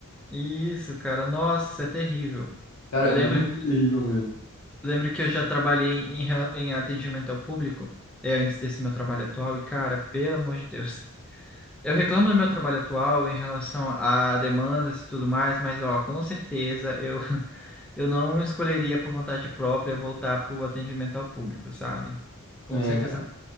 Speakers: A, in the centre; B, on the left.
A: Isso, cara. Nossa, isso é terrível.
B: Cara,
A: Eu
B: é
A: lembro
B: muito
A: que
B: terrível mesmo.
A: Lembro que eu já trabalhei em, rela- em atendimento ao público, é, antes desse meu trabalho atual, e cara, pelo amor de Deus. <laughs> Eu reclamo do meu trabalho atual em relação a demandas e tudo mais, mas ó, com certeza eu, <laughs> eu não escolheria por vontade própria voltar para o atendimento ao público, sabe? Com
B: É,
A: certeza.
B: cara.